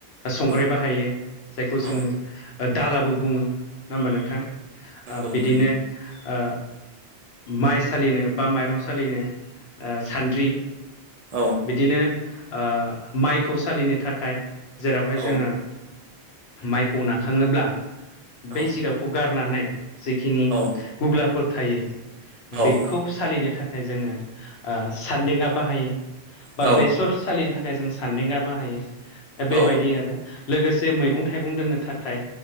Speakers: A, on the left; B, on the right.
A: संग्राय
B: औ
A: बाहायो जायखौ जोङो
B: औ
A: ओ दालाबो बुङो नङा होमबा नोंथां
B: नंगौ
A: बिदिनो
B: नंगौ
A: ओ माइ सालिनो बा माइरं सालिनो ओ सान्द्रि
B: औ
A: बिदिनो ओ माइखौ सालिनो थाखाय जेरावहाय
B: औ
A: जोङो माइखौ नाखाङोब्ला
B: औ
A: बै जिगाबखौ गार नानै जिखिनि
B: औ
A: गुग्लाफोर थायो
B: औ
A: बेखौ सालिनो थाखाय जोङो ओ सान्देङा बाहायो बा
B: औ
A: बेसर सालिनि थाखाय जों सान्देङा बाहायो दा बेबायदि
B: औ
A: आरो लोगोसे मैगं थाइगं दोननो थाखाय